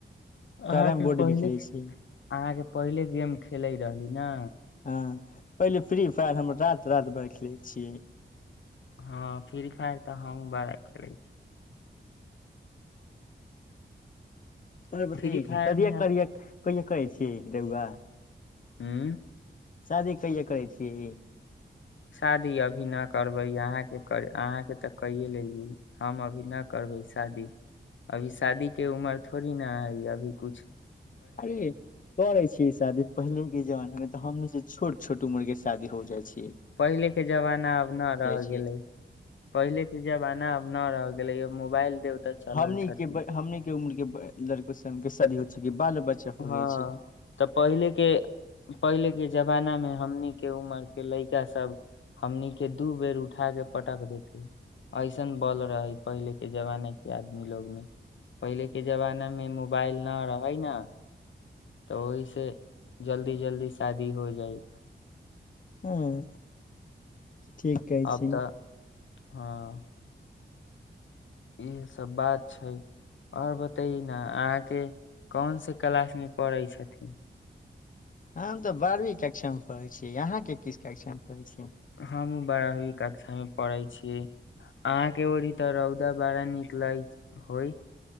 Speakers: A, on the left; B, on the left.
A: अहाँके
B: कैरम बोर्ड
A: पहिले
B: भी खेलै
A: अहाँके
B: छियै
A: पहिले गेम खेलैत रहली ने
B: हँ पहिले फ्री फायर हम रति रति भर खेलै छियै
A: हँ फ्री फायर तऽ हम बड़ा खेलै छी
B: त ब
A: फ्री फायर
B: सदए
A: मे
B: करिय कहिा करै छियै रेउआ
A: हूँ
B: शादी कहिे करै छीयै
A: शादी अभी न करबै अहाँके कर अहाँके तऽ कहिए लेलियै हम अभी न करबै शादी अभी शादीके उमर थोड़ी न हइ अभी कछु
B: अरे करै छी शादी पहिले के जमाना मे तऽ हममे से छोट छोट उम्र के शादी हो जाइ छै
A: पहिले के जमाना आब न र
B: छै
A: गेले पहिले के जमाना आब न रह गेल गेलै मोबाइल देवता चलल
B: हमनी
A: छथिन
B: के ब- हमनी के उम्र के लड़को से शादी होइ छै बालो बच्चा हो
A: हँ
B: जाइ छै
A: तऽ पहिले के पहिले आके जमाना मे हमनीके उमर के लड़का सब हमने दू बेर उठा के पटक देते ऐसन बल रहै पहिलेके जमाना के आदमी लोग मे पहिलेके जमाना मे मोबाइल न रहै न तऽ ओहिसँ जल्दी जल्दी शादी हो जाइ
B: हुँ ठीक कहै
A: आब
B: छी
A: तऽ हँ इएहसभ बात छै आओर बतै ने अहाँके कोनस क्लासमे पढ़ै छथिन
B: हम तऽ बारहवीं कक्षा मे पढ़ै छीयै यहाँके किस कक्षा मे पढ़ै छी
A: हमू बड़ा ही कक्षा मे पढ़ै छी के अहाँ के ओड़ी तऽ रौदा बाड़ा निकल होई